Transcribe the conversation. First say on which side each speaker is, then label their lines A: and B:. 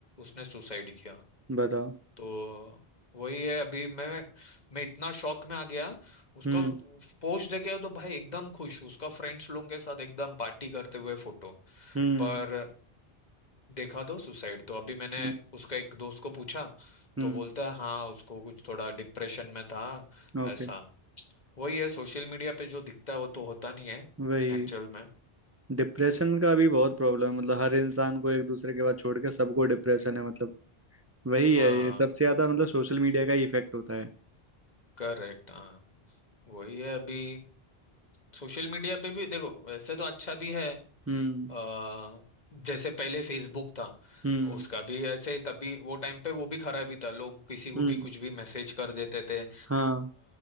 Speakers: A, on the left; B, on the right.
A: उसने सुसाइड किया
B: बताओ
A: तो वही है अभी मैं मैं इतना शॉक में आ गया उसका
B: हम्म
A: पोस्ट देखे तो भाई एकदम खुश उसका फ्रेंड्स लोगों के साथ एकदम पार्टी करते हुए फोटो
B: हम्म
A: पर देखा तो सुसाइड तो अभी मैंने
B: हम्म
A: उसका एक दोस्त को पूछा
B: हम्म
A: तो बोलता है हाँ उसको कुछ थोड़ा डिप्रेशन में था
B: ओके
A: ऐसा वही है सोशल मीडिया पे जो दिखता है वो तो होता नहीं है
B: वही
A: एक्चुअल में
B: डिप्रेशन का भी बहुत प्रॉब्लम है मतलब हर इंसान को एक दूसरे के बाद छोड़ के सबको डिप्रेशन है मतलब वही
A: हाँ
B: है ये सबसे ज्यादा मतलब सोशल मीडिया का ही इफेक्ट होता है
A: करेक्ट हाँ वही है अभी सोशल मीडिया पे भी देखो वैसे तो अच्छा भी है
B: हम्म
A: आ, जैसे पहले फेसबुक था
B: हम्म
A: उसका भी ऐसे ही तभी वो टाइम पे वो भी खराबी था लोग किसी
B: हम्म
A: को भी कुछ भी मैसेज कर देते थे आ,
B: हाँ